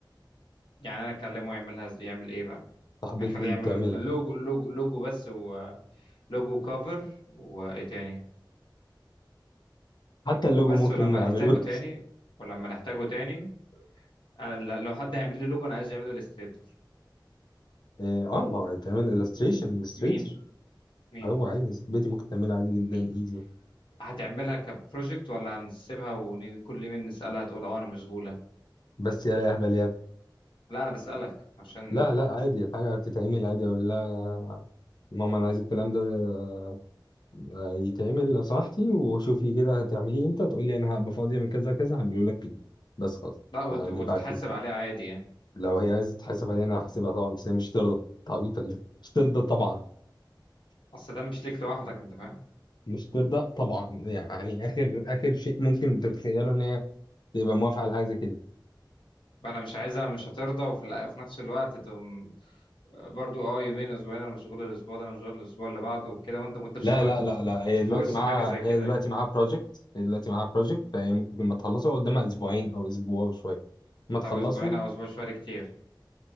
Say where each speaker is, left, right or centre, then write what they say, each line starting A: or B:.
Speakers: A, on the left; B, on the left.
A: يعني انا اكلمه يعملها ز- يعمل ايه بقى
B: صاحبتي
A: يعني خليه يعمل
B: بتعملها
A: لوجو لوجو لوجو بس ولوجو كفر وايه تاني
B: حتى اللوجو
A: وبس
B: ممكن
A: ولما
B: نعمله
A: نحتاجه تاني
B: <laughs>
A: ولما نحتاجه تاني انا ل- لو حد هيعمل لي لوجو انا عايز يعمله الستريتور
B: اه آه، ما هو هيتعمل illustration illustrator
A: مين مين
B: هو عادي صاحبتي ممكن تعملها عادي
A: مين
B: جدا ايزي
A: هتعملها كبروجكت ولا هنسيبها وكل مين نسألها تقول اه انا مشغولة
B: بس يا لا اهبل يا
A: لا انا بسألك عشان
B: لا لا عادي الحاجة بتتعمل عادي اقول لها ماما انا عايز الكلام ده آه، يتعمل لو سمحتي وشوفي كده هتعمليه امتى تقول لي انا هبقى فاضية من كذا كذا هعمله لك فيه بس خلاص
A: لا وت-
B: آه،
A: وتتحاسب
B: نبقى عارفين
A: عليها عادي يعني
B: لو هي عايزة تحاسب علينا انا هحاسبها طبعا بس هي مش ترضى تعبيط ولا إيه؟ مش ترضى طبعا
A: اصل ده مش ليك لوحدك انت فاهم
B: مش ترضى طبعا يعني اخر اخر شيء ممكن تتخيله ان هي تبقى موافقة على حاجة زي كده
A: انا مش عايزها مش هترضى وفي الأ- وفي نفس الوقت تقوم برضو اه يومين اسبوعين انا مشغول الاسبوع ده انا مشغول الاسبوع اللي بعده وكده وانت وانت مش
B: لا
A: هتقدر
B: لا لا لا هي
A: تفورس
B: دلوقتي معاها
A: حاجة زي كده
B: هي دلوقتي
A: يعني
B: معاها بروجكت هي دلوقتي معاها بروجكت فهي ممكن لما تخلصه قدامها اسبوعين او اسبوع وشويه ما تخلصه
A: طب اسبوعين او اسبوع شوية ده كتير